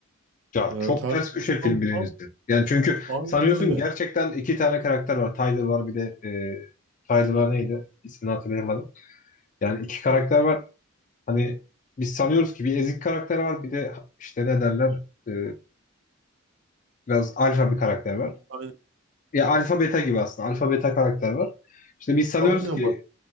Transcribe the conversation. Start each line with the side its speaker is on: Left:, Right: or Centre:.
Left: Ya
Right: Ya
Left: çok
Right: ters
Left: ters köşe film
Right: tam,
Left: birincisi.
Right: tam
Left: Yani çünkü
Right: aynen
Left: sanıyorsun
Right: öyle.
Left: gerçekten iki tane karakter var. Tyler var bir de e, Tyler neydi? İsmini hatırlayamadım. Yani iki karakter var. Hani biz sanıyoruz ki bir ezik karakter var bir de işte ne derler E, Biraz alfa bir karakter var.
Right: Aynen,
Left: Ya alfa beta gibi aslında. Alfa beta karakter var. İşte biz sanıyoruz
Right: aynen
Left: ki
Right: bak.